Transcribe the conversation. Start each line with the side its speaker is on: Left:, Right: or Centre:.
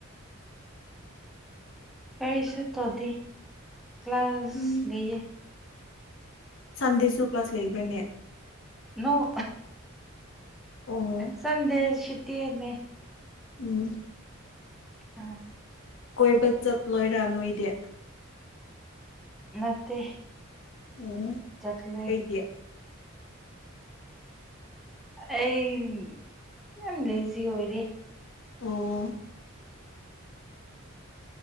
Centre: ꯄꯁ ꯇꯗꯤ ꯀ꯭ꯂꯥꯁ
Left: ꯎꯝ
Centre: ꯂꯩꯌꯦ
Left: ꯁꯟꯗꯦꯁꯨ ꯀ꯭ꯂꯥꯁ ꯂꯩꯕ꯭ꯔꯅꯦ
Centre: ꯅꯣ
Left: ꯑꯣ
Centre: ꯁꯗꯦꯁꯤꯇꯤꯟꯅ
Left: ꯎꯝ
Centre: ꯑ
Left: ꯀꯣꯏꯕ ꯆꯠꯂꯣꯏꯔꯥ ꯅꯣꯏꯗꯤ
Centre: ꯅꯠꯇꯦ
Left: ꯎꯝ
Centre: ꯆꯠꯅꯤ
Left: ꯀꯩꯒꯤ
Centre: ꯑꯩ ꯌꯥꯝ ꯂꯤꯖꯤ ꯑꯣꯏꯔꯤ
Left: ꯑꯣ